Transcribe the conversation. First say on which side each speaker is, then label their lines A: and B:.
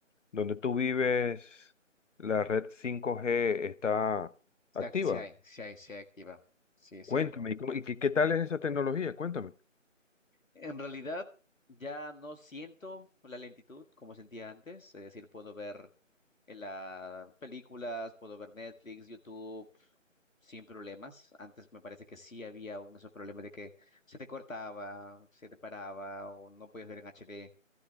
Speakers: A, on the left (about 70°); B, on the left (about 85°).
A: donde tú vives la red cinco g está
B: Se
A: activa.
B: ac- se ac- se ac- se activa. Sí, es
A: Cuéntame,
B: cierto.
A: ¿y, cómo- y qué, qué tal es esa tecnología? Cuéntame.
B: En realidad, ya no siento la lentitud como sentía antes. Es decir, puedo ver en las películas, puedo ver Netflix, YouTube, sin problemas. Antes me parece que sí había un ese problema de que se te cortaba, se te paraba o no podías ver en HD.